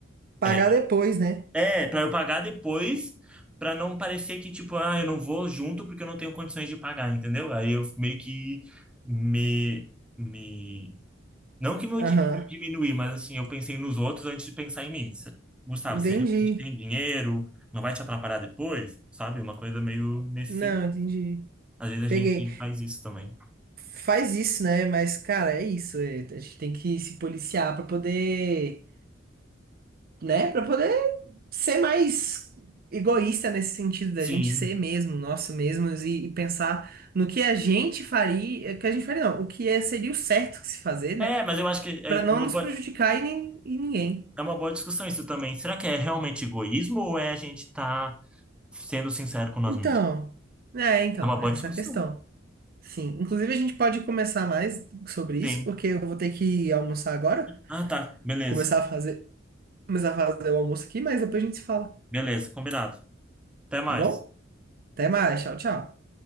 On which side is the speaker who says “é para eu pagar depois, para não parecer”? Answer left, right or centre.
Centre